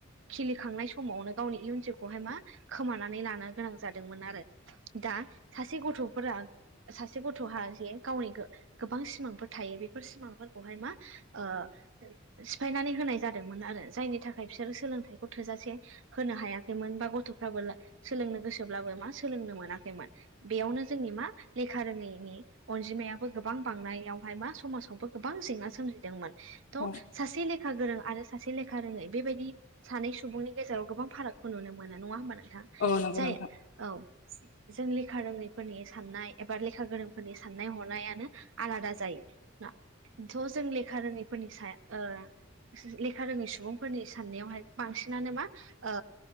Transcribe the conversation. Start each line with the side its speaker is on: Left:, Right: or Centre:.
Right: खिलिखांनाय समावनो गावनि इयुन जोलखौहाय मा खोमानानै लानो गोनां जादोंमोन आरो दा सासे गथ'फोरा सासे गथ'हा जे गावनि गोबां सिमांफोर थायो बेफोर सिमांफोरखौहाय मा ओ सिफायनानै होनाय जादोंमोन आरो जायनि नि थाखाय बिसोरो सोलोंथाइ थोजासे होनो हायाखैमोन बा गथ'फ्राबो सोलोंनो गोसोब्लाबो मा सोलोंनो मोनाखैमोन बेयावनो जोंनि मा लेखा रोङैनि अनजिमायाबो गोबां बांनायावहाय मा समाजावबो गोबां जेंना सोमजिदोंमोन थ'
Left: औ
Right: सासे लेखा गोरों आरो सासे लेखा रोङै बेबायदि सानै सुबुंनि गेजेराव गोबां फारागखौ नुनो मोनो मोना नङा होमबा नोंथां
Left: औ नंगौ
Right: जायो
Left: नोंथां
Right: औ जों लेखा रोङैफोरनि साननाय एबा लेखा गोरोंफोरनि साननाय हनायानो आलादा जायो ना ज' जों लेखा रोङैफोरनि सायाव ओ लेखा रोङै सुबुं फोरनि साननायावहाय बांसिनानो मा ओ